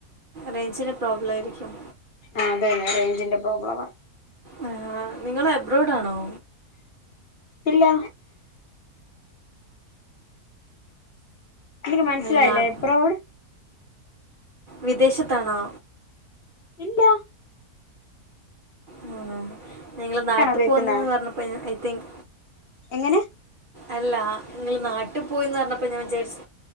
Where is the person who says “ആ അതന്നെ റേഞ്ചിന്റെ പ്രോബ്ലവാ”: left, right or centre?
Left